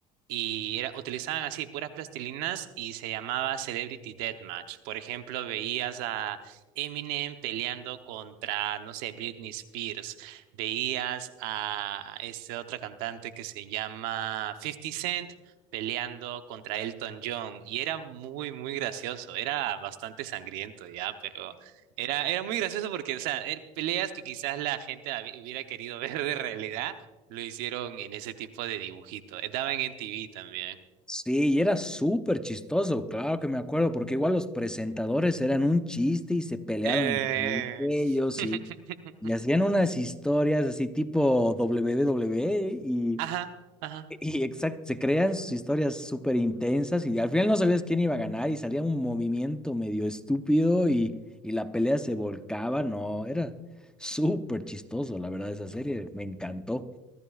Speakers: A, on the right; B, in the centre.
A: Y era, utilizaban así puras plastilinas y se llamaba Celebrity Deathmatch. Por ejemplo, veías a Eminem peleando contra, no sé, Britney Spears. Veías a este otro cantante que se llama Fifty Cent peleando contra Elton John. Y era muy, muy gracioso. Era bastante sangriento ya, pero era, era muy gracioso porque, o sea, er- peleas que quizás la gente habi- hubiera querido <laughs> ver de realidad lo hicieron en ese tipo de dibujito. Daban en TV también.
B: Sí, y era súper chistoso, claro que me acuerdo, porque igual los presentadores eran un chiste y se peleaban
A: Eh,
B: entre ellos
A: <laughs>
B: y Y hacían unas historias así tipo WWE y,
A: Ajá, ajá.
B: y exact- se crean sus historias súper intensas y al final no sabías quién iba a ganar y salía un movimiento medio estúpido y, y la pelea se volcaba. No, era súper chistoso, la verdad, esa serie me encantó.